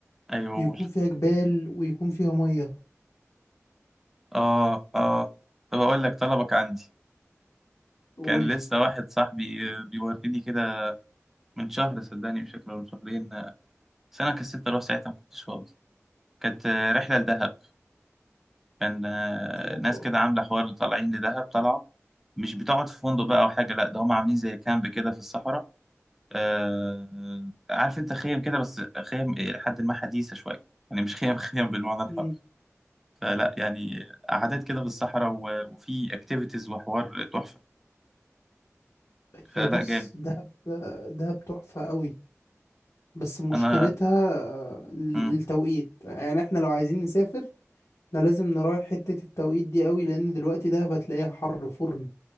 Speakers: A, in the centre; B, on the left.
A: ايوه قول
B: يكون فيها جبال ويكون فيها مية
A: اه اه طب اقول لك طلبك عندي
B: قول
A: كان
B: لي
A: لسه واحد صاحبي آه، بيوريني كده من شهر صدقني مش فاكر ولا من شهرين آه، بس انا كسلت اروح ساعتها ما كنتش فاضي كانت آه، رحله لدهب كان آه،
B: اوبا
A: ناس كده عاملة حوار طالعين لدهب طلعوا مش بتقعد في فندق بقى أو حاجة لأ ده هم عاملين زي كامب كده في الصحراء آه عارف أنت خيم كده بس خيم إلى حد ما حديثة شوية يعني مش خيم <laughs> خيم بالمعنى الحرفي
B: مم.
A: فلا يعني قعدات كده في الصحراء و- وفي اكتيفيتيز وحوار تحفة فلا
B: هي بص
A: جامد
B: دهب دهب تحفة قوي بس مشكلتها
A: أنا
B: آه، التوقيت
A: مم.
B: يعني احنا لو عايزين نسافر احنا لازم نراعي حتة التوقيت دي قوي لان دلوقتي دهب هتلاقيها حر فرن